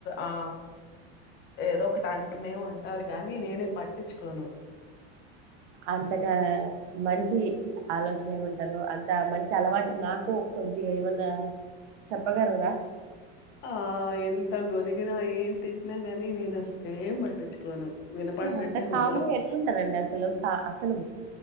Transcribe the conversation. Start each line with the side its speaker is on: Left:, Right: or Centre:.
Left: ఆ ఏదో ఒకటి అంటునే ఉంటారు కాగాని నేనే పట్టించుకోను
Right: అంతట మంచి ఆలోచన ఏమంటారు అంత మంచి చ అలవాటు నాకు కొద్దిగా ఏమన్నా చెప్పగలరా
Left: ఆ ఎంత గోని ఇ న ఏం తిట్నా గానీ నేను అస్తేం పట్టించుకోను వినపడినట్టే
Right: అంత కామ
Left: మెదలకు
Right: ఎట్లుంటారంండి అసలు కా అసలు